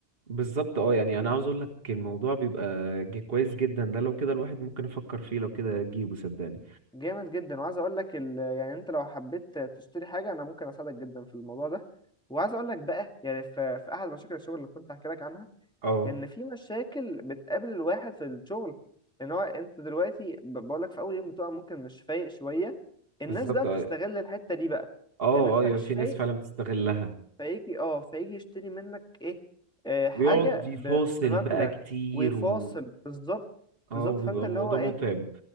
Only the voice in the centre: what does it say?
جامد جدا وعايز اقول لك ال... يعني انت لو حبيت تشتري حاجه انا ممكن اساعدك جدا في الموضوع ده وعايز اقول لك بقى يعني في... في احد مشاكل الشغل اللي كنت هحكي لك عنها
ان في مشاكل بتقابل الواحد في الشغل ان هو انت دلوقتي ب- بقول لك في اول يوم بتبقى ممكن مش فايق شويه الناس
بقى بتستغل
الحته دي بقى
ان انت
مش
فايق
فيجي اه فيجي يشتري منك ايه آه حاجه
ب... بمبلغ
ويفاصل
بالظبط
بالظبط
فانت
اللي هو ايه